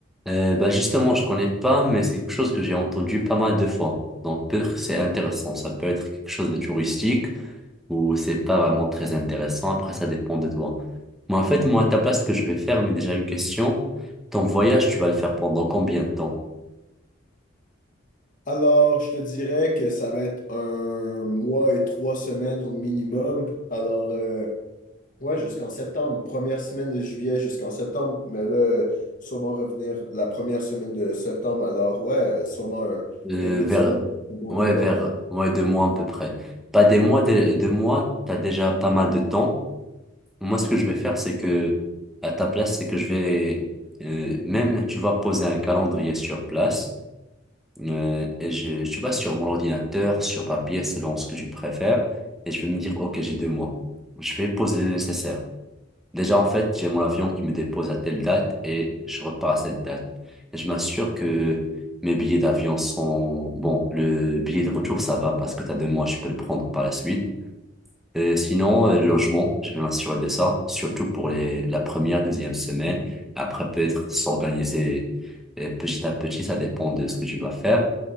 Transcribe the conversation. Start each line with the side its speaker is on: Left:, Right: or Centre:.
Centre: euh, bah justement, je connais pas, mais c'est quelque chose que j'ai entendu pas mal de fois. Donc peut-être que c'est intéressant. Ça peut être quelque chose de touristique ou c'est pas vraiment très intéressant. Après, ça dépend de toi. Mais en fait, moi, à ta place, ce que je vais faire, mais déjà une question. Ton voyage, tu vas le faire pendant combien de temps?
Left: Alors, je te dirais que ça va être un mois et trois semaines au minimum. Alors, euh, ouais, jusqu'en septembre, première semaine de juillet jusqu'en septembre, mais là, euh, sûrement revenir la première semaine de septembre. Alors, ouais, euh, sûrement un,
Centre: Euh,
Left: un huit
Centre: vers,
Left: semaines, un bon
Centre: ouais,
Left: deux mois.
Centre: vers, ouais, deux mois à peu près. Pas des mois, des- deux mois, t'as déjà pas mal de temps. Moi, ce que je vais faire, c'est que, à ta place, c'est que je vais, euh, même, tu vas poser un calendrier sur place, euh, et je, tu vas sur mon ordinateur, sur papier, selon ce que tu préfères, et je vais me dire, OK, j'ai deux mois. Je vais poser le nécessaire. Déjà, en fait, j'ai mon avion qui me dépose à telle date et je repars à cette date. Et je m'assure que mes billets d'avion sont... Bon, le billet de retour, ça va parce que t'as deux mois, je peux le prendre par la suite. Euh, sinon, euh, le logement, je vais m'assurer de ça, surtout pour les... la première, deuxième semaine. Après, peut-être s'organiser euh, petit à petit, ça dépend de ce que tu vas faire.